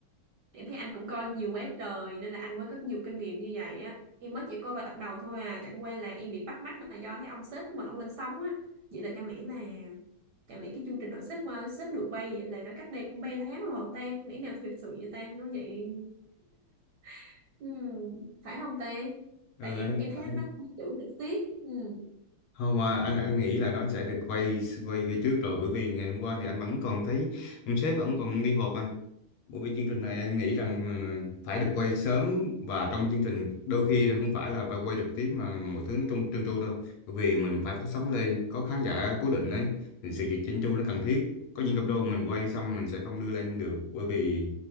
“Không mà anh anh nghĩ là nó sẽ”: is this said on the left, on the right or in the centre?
Left